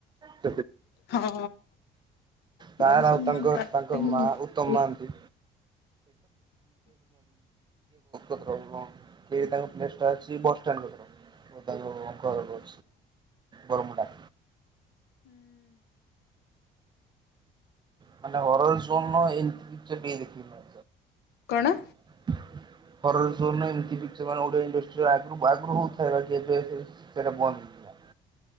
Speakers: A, on the right (about 25°); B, on the left (about 75°).
A: ଦେଖୁ
B: ହଁ। ବାବୁସାନ
A: ତାର ଆଉ ତାଙ୍କ
B: ମହାନ୍ତ ରାଟିଂ
A: ତାଙ୍କ ମା ଉତ୍ତମ
B: ହୁଁ
A: ମହାନ୍ତି। <unintelligible> ଦିଲ ଟାକ ପ୍ଲେସ ଟା ଅଛି ବସଷ୍ଟାଣ୍ଡ ପାଖରେ ବରମୁଣ୍ଡା। ମାନେ ହରର ବମ ଏଇ ସେଟିକି ଦେଖିବ।
B: କଣ?
A: <unintelligible> ହ ଜୋ ନା ଏମିତି ସେମାନେ ଓଆ ଇଣ୍ଡଷ୍ଟିର ଆଗରୁ ଆଗରୁ ହଉଥ ଯେବେ ସେରେ ବନ୍ଦ ଥିଲା।